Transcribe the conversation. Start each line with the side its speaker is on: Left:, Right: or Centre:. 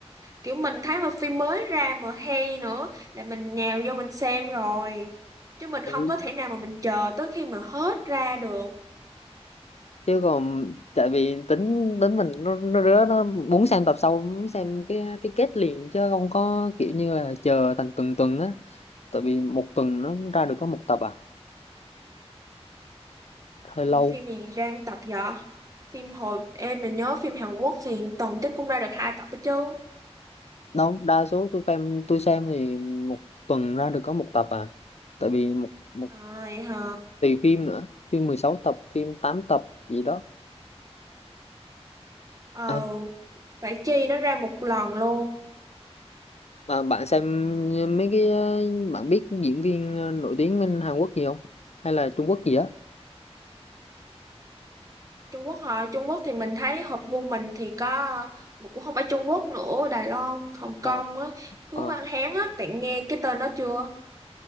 Right: kiểu mình thấy mà phim mới ra mà hay nữa là mình nhào vô mình xem rồi chứ mình
Left: từng-
Right: không có thể nào mà mình chờ tới khi mà hết ra được
Left: chứ còn tại vì tính tính mình nó nó rứa nó muốn xem tập sau muốn xem cái cái kết liền chứ không có kiểu như là chờ thành tuần tuần á tại vì một tuần nó ra được có một tập à hơi
Right: như
Left: lâu
Right: phim gì ra một tập vậy phim hồi em mình nhớ phim Hàn Quốc thì tuần chắc cũng ra được hai tập đó chứ
Left: đâu đa số tôi xem tôi xem thì một tuần ra được có một tập à tại vì một một
Right: à, vậy hả
Left: tùy phim nữa phim 16 tập phim 8 tập gì đó
Right: ờ
Left: À,
Right: phải chi nó ra một lần luôn
Left: Mà bạn xem mấy cái bạn biết diễn viên ờ, nổi tiếng bên Hàn Quốc gì không? Hay là Trung Quốc gì á?
Right: Trung Quốc hả Trung Quốc thì mình thấy hợp gu mình thì có mà cũng không phải Trung Quốc nữa Đài Loan Hồng
Left: À,
Right: Kông á Hứa
Left: ờ,
Right: Văn Hán á bạn nghe cái tên đó chưa